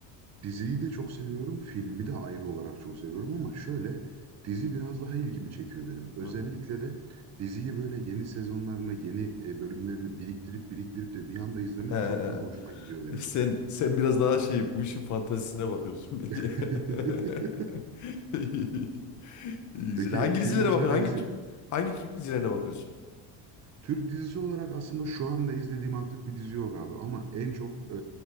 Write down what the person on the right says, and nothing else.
Diziyi de çok seviyorum, filmi de ayrı olarak çok seviyorum ama şöyle dizi biraz daha ilgimi çekiyor benim. Özellikle
de diziyi böyle yeni sezonlarını, yeni e, bölümlerini biriktirip biriktirip de bir anda izlemek
çok daha hoşuma gidiyor benim.
<laughs>
Peki
film
olarak
en
se-
Türk dizisi olarak aslında şu anda izlediğim aktif bir dizi yok abi ama en çok e,